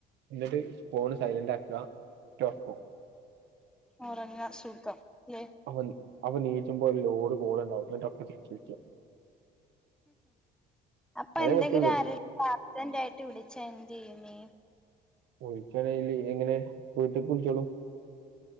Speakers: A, on the right; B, in the centre.
A: ഇന്നെട്ട് ഫോൺ സൈലെന്റ് ആക്കാ ഒറ്റ ഒർക്കും
B: ഒറങ്ങാ സുഖം ലെ
A: അപ്പം അപ്പം നീച്ചുമ്പോ ഒര് ലോഡ് കോൾ ഇണ്ടാവും ഇന്നട്ടൊക്കെ തിര്ച്ച് വുൾക്ക്യാ
B: അപ്പ
A: അതേ
B: എന്തെങ്കിലും
A: പറ്റുള്ളൂ
B: ആരെലും അർജെന്റായിട്ട് വിളിച്ചാ എന്തെയ്യും നീ
A: വുൾച്ചാല്ലോൽ <unintelligible> എങ്ങനെ വീട്ട്ക്ക്‌ വുൾചോളും